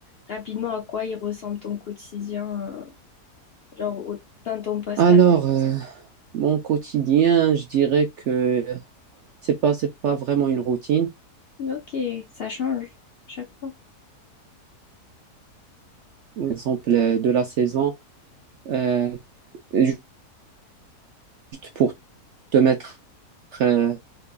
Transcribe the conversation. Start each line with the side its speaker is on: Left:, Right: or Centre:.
Left: rapidement à quoi il ressemble ton quotidien, euh, genre au- dans ton poste
Right: Alors,
Left: là?
Right: euh, mon quotidien, je dirais que c'est pas c'est pas vraiment une routine.
Left: Ok, ça change à chaque fois.
Right: Par exemple euh, de la saison, euh, juste pour te mettre euh,